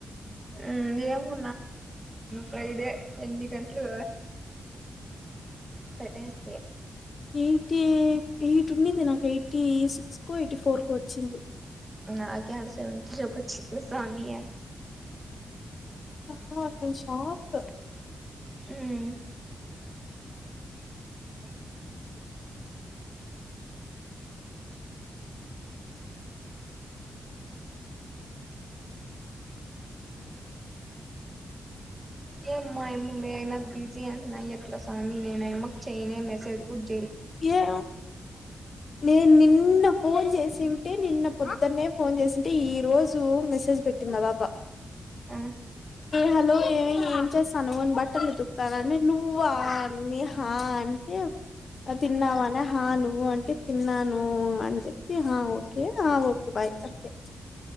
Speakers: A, on the right (about 20°); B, on the left (about 50°).
A: ఉమ్ ఏమో ఫ్రైడే ఎన్ని గంటలు కట్టేస్తయ
B: ఎయిటీ ఎయిట్ ఉండింది నాకు ఎయిటీ సిక్స్ కో ఎయిటీ ఫోర్ కో వచ్చింది
A: నాక్యాడ సెవెంటీ దాక వచ్చిందా సామి
B: నాకే షాక్
A: మ్మ్ అ ఏమ్మా మీ ఆయన బిజీ అంటనా ఎట్ల సామి నేను అయమ్మకి చేయలే మెసేజ్ కుడ్
B: ఏ నేను నిన్న ఫోన్ చేసి ంటే నిన్న పొద్దన్నే ఫోన్ చేసింటే ఈ రోజు మెసేజ్ పెట్టింది ఆ పాప
A: ఆ
B: హలో ఏమే ఏం చేస్తున్నావు బట్టలులుతున్న అని నువ్వు అనింది హ అంటే తిన్నావనే
A: ఆ
B: హాను నువ్ అంటే తిన్నాను అని చెప్పి హా ఓకే ఆ ఓకే బాయ్ <unintelligible>